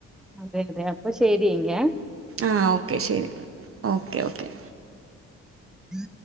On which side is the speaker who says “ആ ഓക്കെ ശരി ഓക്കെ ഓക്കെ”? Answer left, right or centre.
Right